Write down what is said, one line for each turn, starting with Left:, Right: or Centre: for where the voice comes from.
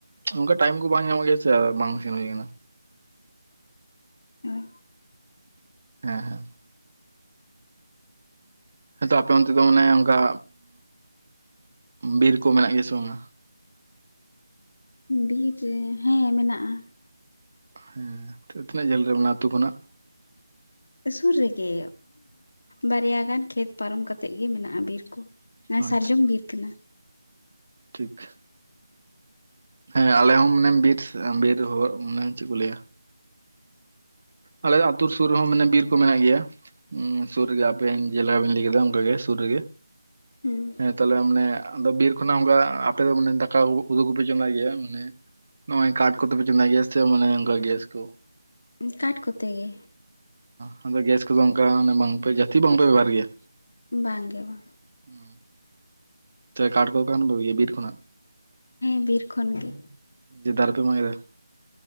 Right: ᱚᱱᱠᱟ ᱴᱟᱭᱤᱢ ᱠᱚ ᱵᱟᱝ ᱧᱟᱢᱚᱜ ᱜᱮᱭᱟ ᱥᱮ ᱵᱟᱝ ᱥᱮᱱ ᱦᱩᱭᱩᱜᱼᱟ ᱟᱠᱟᱱᱟ
Left: ᱟᱨ
Right: ᱦᱮᱸ ᱦᱮᱸ ᱟᱫ ᱟᱯᱮ ᱚᱱᱛᱮ ᱫᱚ ᱢᱟᱱᱮ ᱚᱱᱠᱟ ᱵᱤᱨ ᱠᱚ ᱢᱮᱱᱟᱜ ᱜᱮᱭᱟ ᱥᱮ ᱵᱟᱝ?
Left: ᱵᱤᱨ ᱨᱮ ᱦᱮᱸ ᱢᱮᱱᱟᱜᱼᱟ
Right: ᱦᱮᱸ ᱛᱤᱱᱟᱹᱜ ᱡᱷᱟᱹᱞ ᱨᱮ ᱢᱮᱱᱟᱜᱼᱟ ᱟᱹᱛᱩ ᱠᱷᱚᱱᱟᱜ?
Left: ᱥᱩᱨ ᱨᱮᱜᱮ ᱵᱟᱨᱭᱟ ᱜᱟᱱ ᱠᱷᱮᱛ ᱯᱟᱨᱚᱢ ᱠᱟᱛᱮᱫ ᱜᱮ ᱢᱮᱱᱟᱜᱼᱟ ᱵᱤᱨ ᱠᱚ ᱮᱸᱥᱟᱨᱡᱚᱢ
Right: ᱟᱪᱪᱷᱟ ᱟᱪᱪᱷᱟ
Left: ᱵᱤᱨ ᱠᱟᱱᱟ
Right: ᱴᱷᱤᱠ ᱦᱮᱸ ᱟᱞᱮ ᱦᱚᱸ ᱢᱟᱱᱮ ᱵᱤᱨ ᱵᱤᱨ ᱦᱚᱲ ᱢᱟᱱᱮ ᱪᱮᱫ ᱠᱚ ᱞᱟᱹᱭᱟ ᱟᱞᱮ ᱟᱹᱛᱩ ᱥᱩᱨ ᱨᱮᱦᱚᱸ ᱢᱟᱱᱮ ᱵᱤᱨ ᱠᱚ ᱢᱮᱱᱟᱜ ᱜᱮᱭᱟ ᱥᱩᱨ ᱨᱮᱜᱮ ᱟᱵᱮᱱ ᱡᱮᱞᱮᱠᱟ ᱵᱮᱱ ᱞᱟᱹᱭ ᱠᱮᱫᱟ ᱚᱱᱠᱟᱜ ᱜᱮ ᱥᱩᱨ ᱨᱮᱜᱮ
Left: ᱦᱩᱸ
Right: ᱦᱮᱸ ᱛᱟᱦᱚᱞᱮ ᱢᱟᱱᱮ ᱵᱤᱨ ᱠᱷᱚᱱᱟᱜ ᱚᱱᱠᱟ ᱟᱯᱮ ᱫᱚ ᱢᱟᱱᱮ ᱫᱟᱠᱟ ᱩᱫᱩᱜᱯᱮ ᱪᱚᱸᱫᱟᱭ ᱜᱮᱭᱟ ᱢᱟᱱᱮ ᱱᱚᱜᱼᱚᱭ ᱠᱟᱴ ᱠᱚᱛᱮ ᱯᱮ ᱪᱚᱸᱫᱟᱭ ᱜᱮᱭᱟᱥ ᱥᱮ ᱢᱟᱱᱮ ᱚᱱᱠᱟ ᱜᱮᱥ ᱠᱚ
Left: ᱠᱟᱴ ᱠᱚᱛᱮ ᱜᱮ
Right: ᱦᱚᱸ ᱟᱫᱚ ᱜᱮᱥ ᱠᱚᱫᱚ ᱚᱱᱠᱟ ᱵᱟᱝᱯᱮ ᱡᱟᱹᱥᱛᱤ ᱵᱟᱝᱯᱮ ᱵᱮᱵᱚᱦᱟᱨ ᱜᱮᱭᱟ
Left: ᱵᱟᱝ ᱜᱮ ᱵᱟᱝ
Right: ᱦᱮᱸ ᱛᱮ ᱠᱟᱴᱠᱚ ᱚᱠᱟ ᱠᱷᱚᱱ ᱯᱮ ᱟᱹᱜᱩᱨᱟ ᱵᱤᱨ ᱠᱷᱚᱱᱟᱜ
Left: ᱦᱮᱸ ᱵᱤᱨ ᱠᱷᱚᱱ ᱜᱮ
Right: ᱡᱮ ᱫᱟᱨᱮ ᱯᱮ ᱢᱟᱜ ᱠᱮᱫᱟ